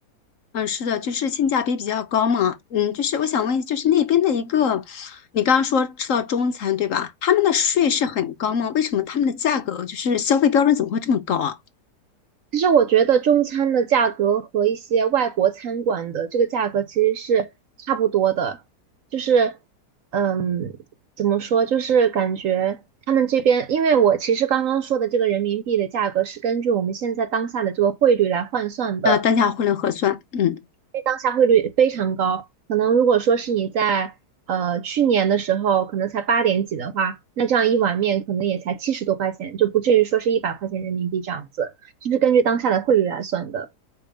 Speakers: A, on the left (about 60°); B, on the right (about 60°).
A: 嗯，是的，就是性价比比较高嘛。嗯，就是我想问，就是那边的一个，你刚刚说吃到中餐对吧？他们的税是很高吗？为什么他们的价格就是消费标准怎么会这么高啊？
B: 其实我觉得中餐的价格和一些外国餐馆的这个价格其实是差不多的，就是，嗯，怎么说，就是感觉他们这边，因为我其实刚刚说的这个人民币的价格是根据我们现在当下的这个汇率来换算的，
A: 呃，单价汇率核算，嗯。
B: 因为当下汇率非常高，可能如果说是你在呃去年的时候可能才八点几的话，那这样一碗面可能也才七十多块钱，就不至于说是一百块钱人民币这样子，就是根据当下的汇率来算的。